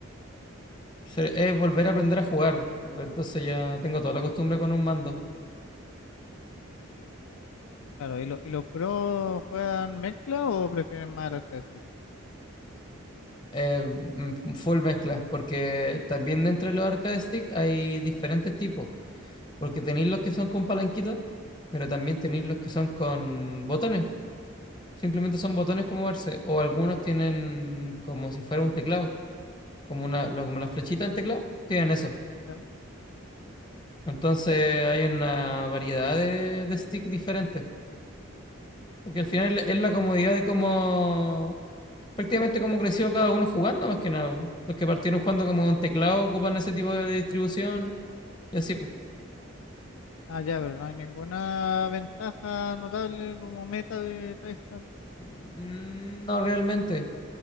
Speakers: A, on the left; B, on the left.
A: Se- Es volver a aprender a jugar. pero entonces ya tengo toda la costumbre con un mando.
B: Claro, ¿y, lo- y los pros juegan mezcla o prefieren más el arcade stick?
A: Eh, mm, full mezcla, porque también dentro de los arcade stick hay diferentes tipos, porque tenéis los que son con palanquita, pero también tenéis los que son con botones, simplemente son botones para moverse, o algunos tienen como si fuera un teclado, como una, lo- como la flechita del teclado, tienen eso.
B: Ya.
A: Entonces hay una variedad de, de stick diferentes, porque al final es la comodidad de cómo prácticamente como creció cada uno jugando, más que nada. Los que partieron jugando como con teclado ocupan ese tipo de distribución y así, pues.
B: Ah, ya, pero no hay ninguna ventaja notable como meta de tryhard.
A: Mm, No realmente.